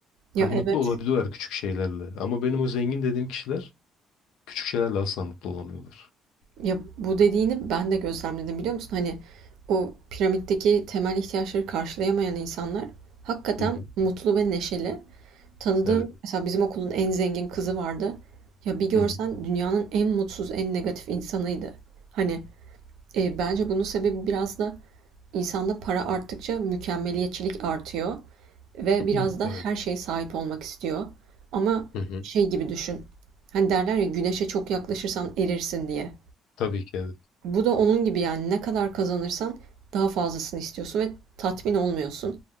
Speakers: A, on the left; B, on the right.
A: Hani
B: Ya evet.
A: mutlu olabiliyorlar küçük şeylerle. Ama benim o zengin dediğim kişiler küçük şeylerle asla mutlu olamıyorlar.
B: Ya bu dediğini ben de gözlemledim biliyor musun? Hani o piramitteki temel ihtiyaçları karşılayamayan insanlar hakikaten
A: Hı hı.
B: mutlu ve neşeli. Tanıdığım
A: Evet.
B: mesela bizim okulun en zengin kızı vardı. Ya bir görsen
A: Hı hı.
B: dünyanın en mutsuz, en negatif insanıydı. Hani Eee, bence bunun sebebi biraz da insanda para arttıkça mükemmeliyetçilik artıyor ve
A: <clears throat>
B: biraz
A: Hı.
B: da
A: Evet.
B: her şeye sahip olmak istiyor. Ama
A: Hı hı.
B: şey gibi düşün. Hani derler ya güneşe çok yaklaşırsan erirsin diye.
A: Tabii ki evet.
B: Bu da onun gibi yani ne kadar kazanırsan daha fazlasını istiyorsun ve tatmin olmuyorsun.